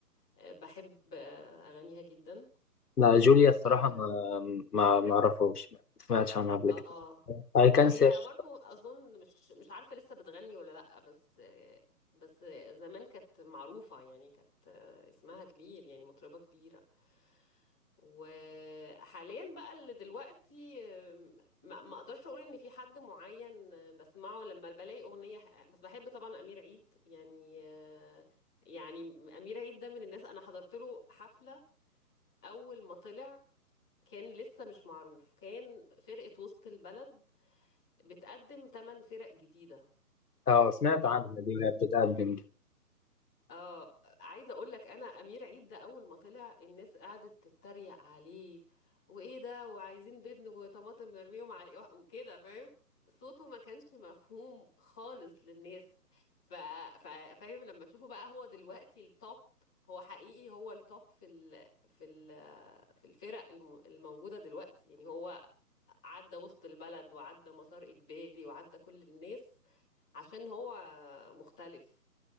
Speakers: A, in the centre; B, on the left (about 70°).
A: آه، بحب آه، أغانيها جدا
B: لا جوليا الصراحة
A: اه
B: ما ما ما أعرفهاش ما سمعتش عنها قبل
A: آه.
B: كده اي كان
A: هي
B: سيرش
A: برضو أظن مش مش عارفة لسه بتغني ولا لأ بس آه، بس زمان كانت معروفة يعني كانت آه، اسمها كبير يعني مطربة كبيرة وحاليا بقى اللي دلوقتي آم، ما ما اقدرش اقول ان في حد معين آه، بسمعه لما بلاقي اغنيه ح- بس بحب طبعا امير عيد يعني آه، يعني امير عيد ده من الناس انا حضرت له حفله اول ما طلع كان لسه مش معروف كان فرقه وسط البلد بتقدم ثمان فرق جديده
B: اه سمعت عنها دي وهي بتتقدم دي.
A: اه عايزه اقول لك انا امير عيد ده اول ما طلع الناس قعدت تتريق عليه وايه ده وعايزين بيض وطماطم مرميهم عليه وح- وكده فاهم صوته ما كانش مفهوم خالص للناس ف... ف... فاهم لما تشوفه بقى هو دلوقتي التوب هو حقيقي هو التوب في ال... في ال... في الفرق الم... الموجوده دلوقتي يعني هو عدى وسط البلد وعدى مسار اجباري وعدى كل الناس عشان هو مختلف